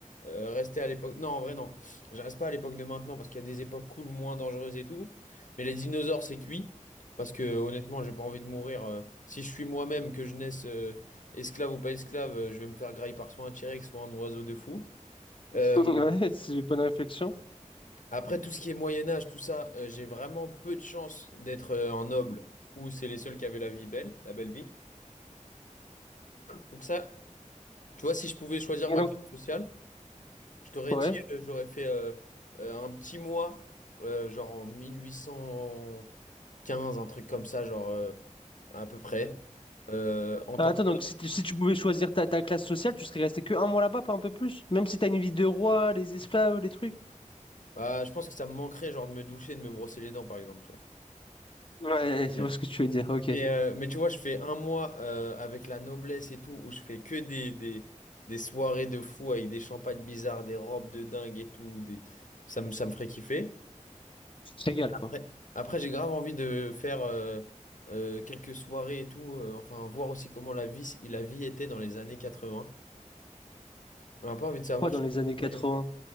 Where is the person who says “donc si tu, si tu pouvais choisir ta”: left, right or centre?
Left